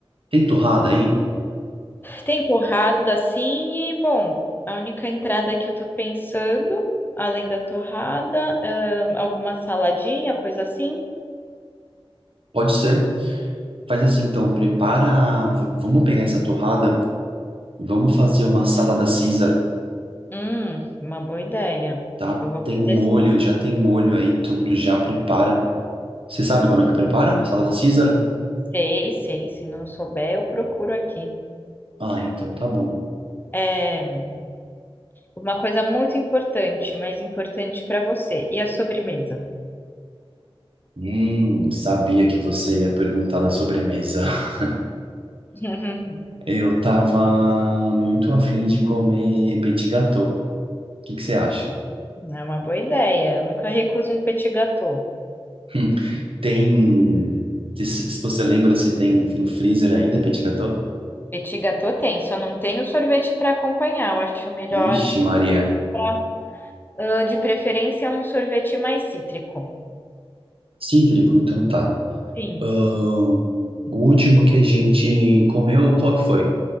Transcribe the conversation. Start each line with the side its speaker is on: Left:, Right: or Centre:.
Right: Tem torrada aí?
Left: Tem torrada, assim, e, bom, a única entrada que eu tô pensando, além da torrada, ahn, alguma saladinha, coisa assim.
Right: Pode ser. Faz assim então, prepara. v- Vamos pegar essa torrada e vamos fazer uma salada Caesar,
Left: Hum, uma boa ideia.
Right: tá?
Left: Eu vou
Right: Tem
Left: fazer
Right: molho,
Left: sim.
Right: já tem molho aí, tudo já prepara. Você sabe como é que prepara? Salada Caesar?
Left: Sei, sei. Se não souber, eu procuro aqui.
Right: Ah, então tá bom.
Left: É uma coisa muito importante, mas importante para você. E a sobremesa?
Right: Hum, sabia que você ia perguntar da sobremesa. <laughs>
Left: <laughs>
Right: Eu tava muito afim de comer petit gâteau. O que que você acha?
Left: É uma boa ideia. Eu nunca recuso um petit gâteau.
Right: Hum, tem. Se se você lembra se tem no, no freezer ainda petit gâteau?
Left: Petit gâteau tem, só não tem o sorvete para acompanhar. Eu acho melhor
Right: Ixi, Maria.
Left: você comprar, ah, de preferência, um sorvete mais cítrico.
Right: Cítrico, então tá.
Left: Sim.
Right: Ahn, o último que a gente comeu, qual que foi?